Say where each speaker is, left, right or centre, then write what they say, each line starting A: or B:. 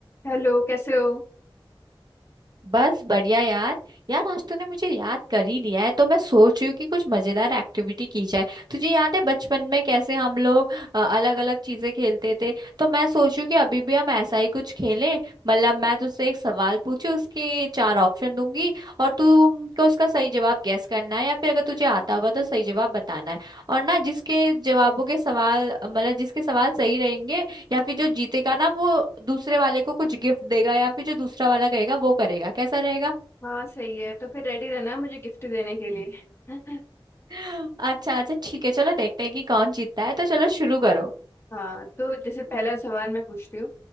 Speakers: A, on the left; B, on the right.
A: हेलो कैसे हो
B: बस बढ़िया यार यार आज तूने मुझे याद कर ही लिया है तो मैं सोच रही हूँ कि कुछ मजेदार एक्टिविटी की जाए तुझे याद है बचपन में कैसे हम लोग अलग अलग चीजें खेलते थे तो मैं सोच रही हूँ कि अभी भी हम ऐसा ही कुछ खेलें मतलब मैं तुझसे एक सवाल पूछू उसके चार ऑप्शन दूंगी और तुमको उसका सही जवाब गेस करना है या फिर अगर तुझे आता होगा तो सही जवाब बताना है और ना जिसके जवाबों के सवाल मतलब जिसके सवाल सही रहेंगे या फिर जो जीतेगा ना वो दूसरे वाले को कुछ गिफ्ट देगा या फिर जो दूसरा वाला कहेगा वो करेगा कैसा रहेगा
A: हाँ सही है तो फिर रेडी रहना मुझे गिफ्ट देने के लिए <laughs>
B: <laughs> अच्छा अच्छा ठीक है चलो देखते हैं कि कौन जीतता है तो चलो शुरू करो
A: हाँ तो जैसे पहला सवाल मैं पूछती हूँ